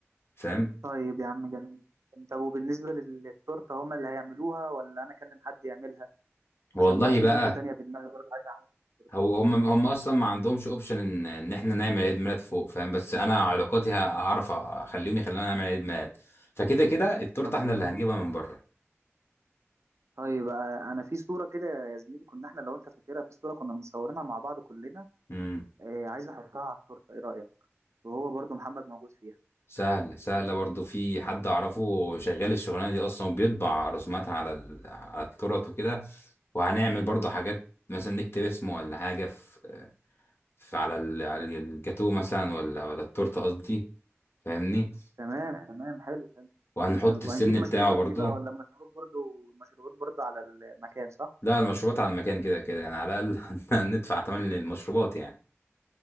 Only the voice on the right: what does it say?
طيب يا عم جميل طب وبالنسبه للتورته هما اللي هيعملوها ولا انا اكلم حد يعملها
عشان بقى في
فكرة تانية في دماغي برضه عايز اعملها الصورة.
طب
تمام.
طيب آه، انا في صورة كده يا زميلي كنا احنا لو انت فاكرها في صورة كنا مصورينها مع بعض كلنا
آه، عايز مم. احطها على التورتة ايه رأيك وهو برضه محمد موجود فيها
تمام تمام تمام، حلو حلو
حلو
هنجيب مشروبات
ايه بقى ولا مشروب برضه مشروبات برضه على المكان صح
طيب